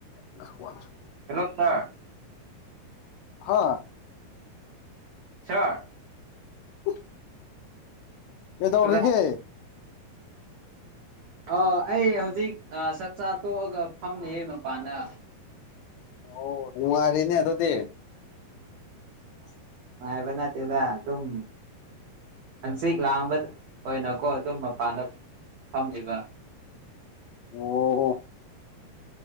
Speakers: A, on the left; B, on the right.
A: <unintelligible>
B: ꯍꯜꯂꯣ ꯁꯥꯔ
A: ꯍꯥꯥ
B: ꯁꯥꯔ
A: <inaudible> ꯀꯩꯗꯧꯔꯤꯒꯦ
B: ꯁꯤꯗ ꯑ ꯑꯩ ꯍꯧꯖꯤꯛ ꯆꯥꯛꯆꯥ ꯇꯣꯛꯑꯒ ꯐꯝꯃꯤꯌꯦ ꯃꯄꯥꯥꯟꯅ
A: ꯑꯣ ꯅꯨꯪꯉꯥꯏꯔꯤꯅꯦ ꯑꯗꯨꯗꯤ
B: ꯑꯁ ꯉꯥꯏꯕ ꯅꯠꯇꯦꯗ ꯖꯨꯝ ꯑꯟꯁꯤꯤꯛ ꯂꯥꯡꯕ ꯑꯣꯏꯅꯀꯣ ꯑꯗꯨꯣ ꯃꯄꯥꯟꯗ ꯐꯝꯂꯤꯕ
A: ꯑꯣ